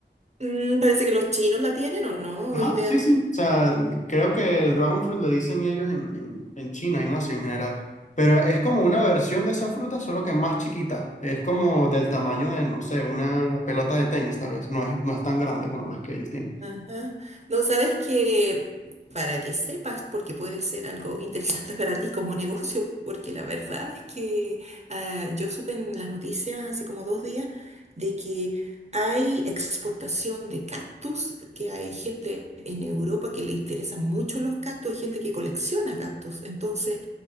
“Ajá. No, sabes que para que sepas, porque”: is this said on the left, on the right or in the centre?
Right